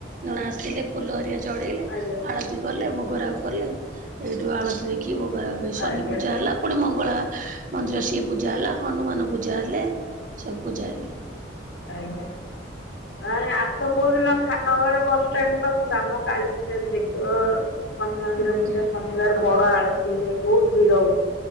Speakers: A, on the right; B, on the left.
A: ନନା ଆସିଲେ ଫୁଲ ହାରିକା ଚଢ଼େଇଲେ
B: ଆଜ୍ଞା
A: ଆଳତି ତି କଲେ ଭୋଗରାଗ କଲେ ସେଇଠୁ ଆଳତି ଦେଖି ଭୋଗରାଗ ସନି
B: ଆଜ୍ଞା
A: ପୂଜା ହେଲା ପୁଣି ମଙ୍ଗଳା ମନ୍ଦିର ସିଏ ପୂଜା ହେଲା ହନୁମାନ ପୂଜା ହେଲେ ସବୁ ପୂଜା ହେଲେ।
B: ଆଜ୍ଞା। ନାଇଁ ଆସ କୋଉଦିନ ଖାନନଗର ବସଷ୍ଟାଣ୍ଡ ପାଖକୁ ଆମ କାଳୀପୂଜା ବି ଦେଖିବ। ଶନି ମନ୍ଦିର
A: ଆଜ୍ଞା।
B: ପୂଜା ଶନିବାର
A: ହ
B: ବଡ ଆଳତି ହୁଏ ବହୁତ ଭିଡ ହୁଏ